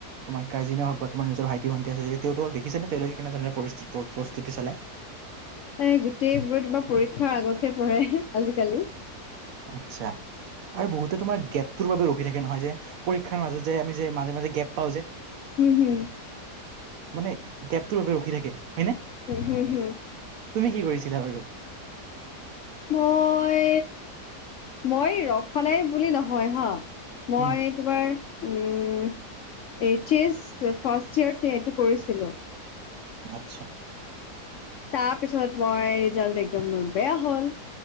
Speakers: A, on the right; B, on the left.
A: তোমাৰ কাজিনে হওঁক বা তোমাৰ নিজৰ ভাইটি ভণ্টি আছে যদি তেওঁলোকক দেখিছানে তেওঁলোকে কেনেধৰণে পৰি প-প্ৰ-প্ৰ <unintelligible> চলাই।
B: এ সেইটোৱে <unintelligible> পৰীক্ষাৰ আগতহে পঢ়ে আজিকালি।
A: আচ্ছা, আৰু বহুতে তোমাৰ গেপটোৰ বাবে ৰখি থাকে নহয় যে। পৰীক্ষাৰ মাজত যে আমি যে মাজে মাজে গেপ পাওঁ যে।
B: হুম, হুম।
A: মানে গেপটোৰ বাবে ৰখি থাকে হয়নে,
B: হুম হুম হুম
A: তুমি কি কৰিছিলা বাৰু?
B: মই, মই ৰখা নাই বুলি নহয় হা। মই
A: উম
B: তোমাৰ উম, এইচ এছ ফাৰ্ষ্ট ইয়াৰতে এইটো কৰিছিলোঁ।
A: আচ্ছা।
B: তাৰ পিছত মই ৰিজাল্ট একদম মোৰ বেয়া হ'ল।